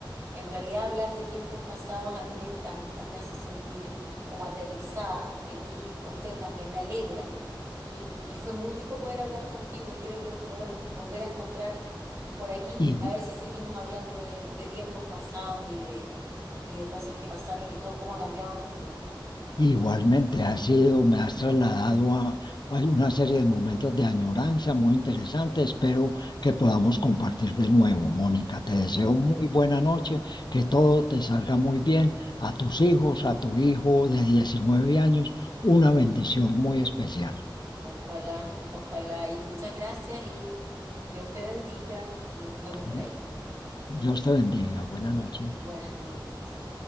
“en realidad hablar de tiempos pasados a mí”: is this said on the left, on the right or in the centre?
Right